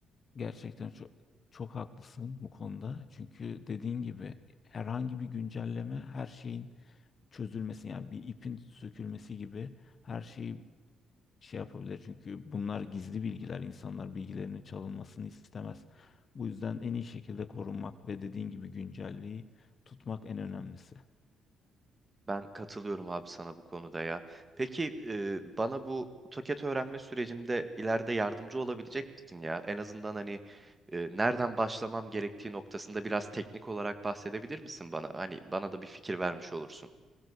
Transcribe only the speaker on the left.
Gerçekten çok çok haklısın bu konuda. Çünkü dediğin gibi herhangi bir güncelleme her şeyin çözülmesi yani bir ipin sökülmesi gibi her şeyi şey yapabilir. Çünkü bunlar gizli bilgiler. İnsanlar bilgilerinin çalınmasını istemez. Bu yüzden en iyi şekilde korunmak ve dediğin gibi güncelliği tutmak en önemlisi.